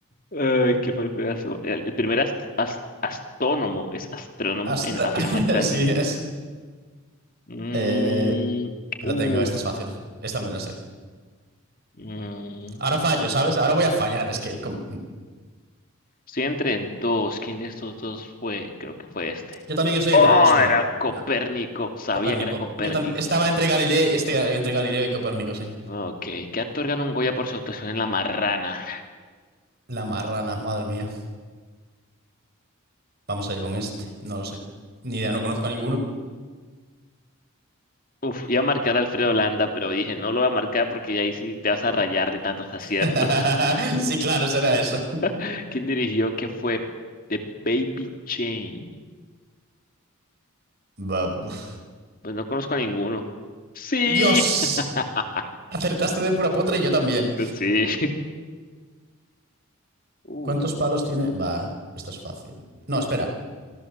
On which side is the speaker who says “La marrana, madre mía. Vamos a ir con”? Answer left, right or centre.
Right